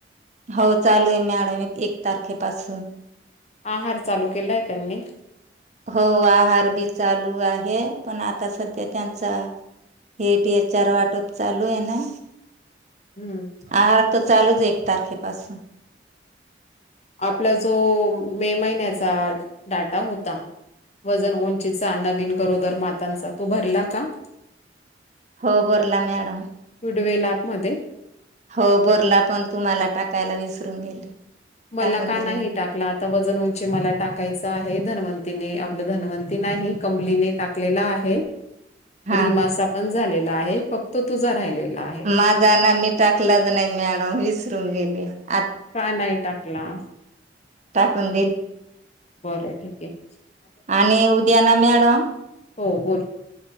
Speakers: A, on the right (about 40°); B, on the left (about 35°).
A: हो चालू आहे मॅडम एक तारखेपासून.
B: आहार चालू केलाय, त्यांनी
A: हो आहार बी चालू आहे, पण आता सध्या त्यांचा हेट एचर वाटप चालू आहे ना.
B: हम्म.
A: आहार तर चालू दे एक तारखेपसून.
B: आपला जो मे महिन्याचा डाटा होता. वजन उंचीचा नवीन गरोदर मातांचा तो भरला का.
A: हो बरला मॅडम.
B: पुडवेला आत मध्ये.
A: हो भरला पण तुम्हाला टाकायला विसरून गेली.
B: मला
A: टाकून
B: का
A: दिली
B: नाही
A: मी
B: टाकल, आता वजन उंची मला टाकायच आहे. धनवंत तिने आपलं धनवंती नाही. कमलीने टाकलेल आहे.
A: हा
B: रीमाचा पण झालेला आहे. हे फक्त तुझा राहिलेला आहे.
A: माझा ना मी टाकलाच नाही, मॅडम विसरून गेली. ब <inaudible>
B: का नाही टाकला.
A: टाकून दिल.
B: बरं ठीक ए.
A: आणि उद्या ना मॅडम
B: हो बोल